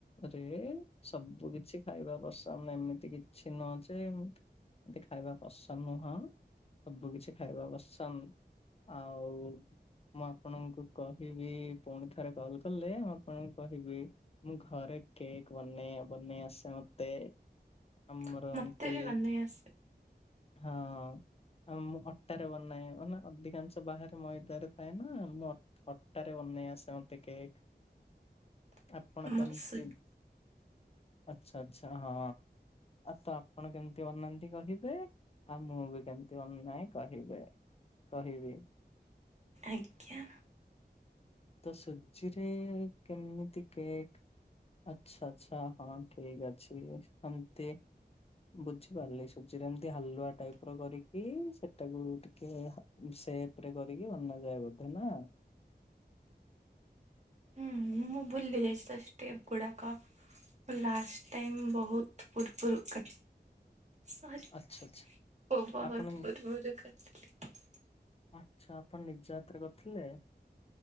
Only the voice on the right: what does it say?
<inaudible>
ମତେ ବି ବନେଇ ଆସେ
<inaudible>
ଆମର
ସୁ
ଆଜ୍ଞା।
ହୁଁ ମୁଁ ଭୁଲି ଯାଇଛି ତ ଷ୍ଟେପ ଗୁଡ଼ାକ ଲାଷ୍ଟ ଟାଇମ ବହୁତ ଫୁୁରପୁରୋ କା ସରି
ବହୁତ
ବୁର ବୁର କରିଥିଲି।